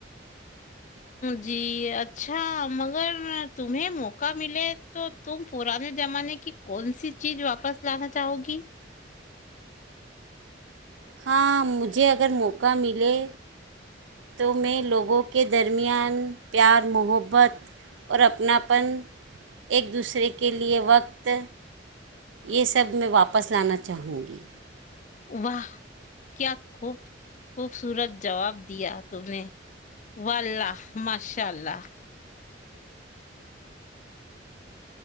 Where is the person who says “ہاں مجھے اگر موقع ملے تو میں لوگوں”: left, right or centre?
Right